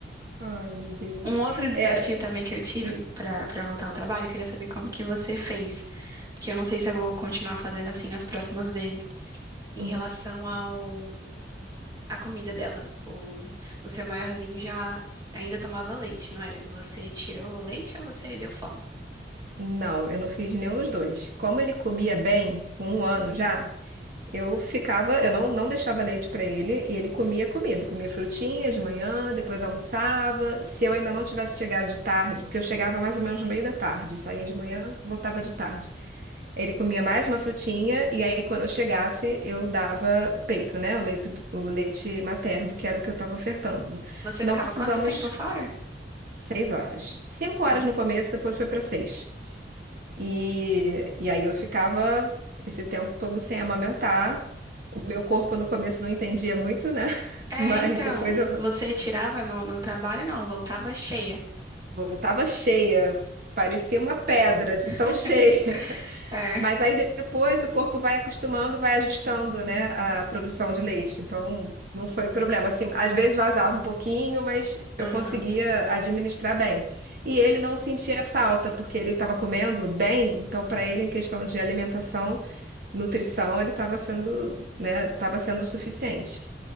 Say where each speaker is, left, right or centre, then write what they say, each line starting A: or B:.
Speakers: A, on the right; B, on the right.
A: Ai, meu Deus.
B: Um outro desafio
A: É,
B: também que eu tive
A: hum,
B: pra, pra voltar ao trabalho, eu queria saber como que você fez. Porque eu não sei se eu vou continuar fazendo assim nas próximas vezes. Em
A: hum,
B: relação ao... A comida dela. O, o seu maiorzinho já ainda tomava leite, não era? Você tirou o leite ou você deu forma?
A: não, eu não fiz nenhum dos dois. Como ele comia bem, com um ano já, eu ficava, eu não, não deixava leite para ele, e ele comia comida, comia frutinha de manhã, depois almoçava. Se eu ainda não tivesse chegado de tarde, porque eu chegava mais ou menos no meio da tarde, saía de manhã, voltava de tarde. Ele comia mais uma frutinha, e aí quando eu chegasse, eu dava peito, né? O leite, o leite materno, que era o que eu estava ofertando.
B: Você
A: Não
B: ficava
A: precisamos
B: quanto tempo fora?
A: Seis horas. Cinco horas
B: É isso.
A: no começo, depois foi para seis. E, e aí eu ficava esse tempo todo sem amamentar. O meu corpo no começo não entendia muito, né? <laughs>
B: É,
A: Mas
B: então,
A: depois eu
B: você tirava no, no trabalho? Não, voltava cheia.
A: voltava cheia, parecia uma pedra de tão
B: <laughs>
A: cheia.
B: É,
A: Mas aí depois o corpo vai acostumando, vai ajustando, né, a produção de leite. Então, não foi problema. Assim, às vezes vazava um pouquinho, mas eu
B: aham,
A: conseguia administrar bem. E ele não sentia falta, porque ele estava comendo bem. Então, para ele, em questão de alimentação, nutrição, ele estava sendo, né, estava sendo o suficiente.